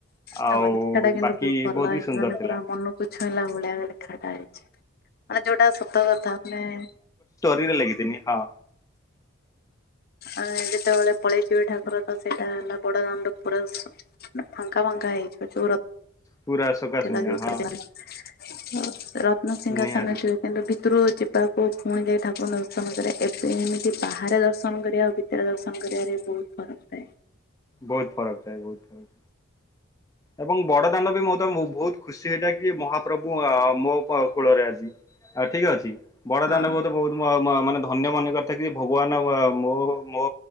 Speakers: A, on the left; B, on the left.
A: ଆଉ
B: ତମ ଲେଖାଟା କିନ୍ତୁ
A: ବାକି
B: ବହୁତ ଭଲ ହେଇଛି
A: ବି ସୁନ୍ଦର
B: ମାନେ
A: ଥିଲା।
B: ପୁରା ମନକୁ ଛୁଇଁଲା ଭଳିଆ ଲେଖାଟା ହେଇଛି। ମାନେ ଯୋଉଟା ସତ କଥା ମାନେ
A: ଲାଗିି ହଁ।
B: ଆ ଯେତେବେଳେ ପଳେଇଥିବେ ଠାକୁର ତ ସେଇଟା ହେଲା ବଡଦାମରେ ପୁରା ଫାଙ୍କା ଫାଙ୍କା ହେଇଯିବ ଜୋର
A: ପୁରା ଶୋକାଶୂନ୍ୟ
B: ଲ ଯେଉଟା
A: ହଁ।
B: ରତ୍ନସିିଂହାସନ
A: ନିହାତି
B: କିନ୍ତୁ ଭିତରୁ ଯିବାକୁ ପୁଣି ଯାଇ ଠାକୁର ଦର୍ଶନ କରେ ଏବେ ଏମିତି ବାହାରେ ଦ ଦର୍ଶନ କରିବାଉ ଭିତରେ ଦର୍ଶନ କରିବାରେ ବହୁତ ଫରକ ଥାଏ।
A: ବହୁତ ଫରକ ଥା ବହୁତ ଫରକ। ଏବଂ ବଡ ଦାଣ୍ଡ ବି ମୋ ତ ବହୁତ ଖୁସି ହେଇଥାଏ କି ମହାପ୍ରଭୁ ମୋ କୂଳରେ ଆଜି ଆଉ ଠିକ ଅଛି। ବଡ଼ଦାନ
B: ହଁ
A: ବୋତେ ବହୁତ ମାନେ ଧନ୍ୟ ମନେ କରିଥା ଯେ ଭଗବାନ ମୋ ମୋ